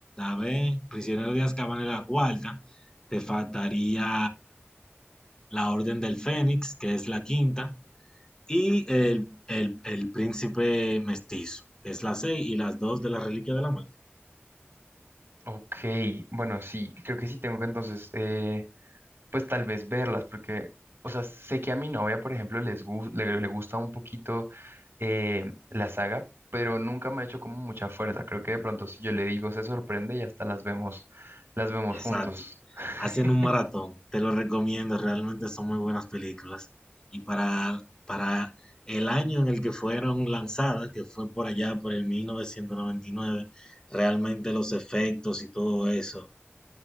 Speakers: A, on the left (about 15°); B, on the right (about 55°).
A: a ver, prisionero de Azkaban es la cuarta, te faltaría la Orden del Fénix, que es la quinta, y el, el, el príncipe mestizo, que es la 6 y las dos de la reliquia de la muerte.
B: ok, bueno, sí, creo que sí tengo que entonces, eh, pues tal vez verlas, porque, o sea, sé que a mi novia, por ejemplo, les gus- le, le gusta un poquito eh, la saga, pero nunca me ha hecho como mucha fuerza. Creo que de pronto si yo le digo, se sorprende y hasta las vemos, las vemos
A: Exacto.
B: juntos. <laughs>
A: Hacen un maratón, te lo recomiendo, realmente son muy buenas películas. Y para, para el año en el que fueron lanzadas, que fue por allá, por el 1999, realmente los efectos y todo eso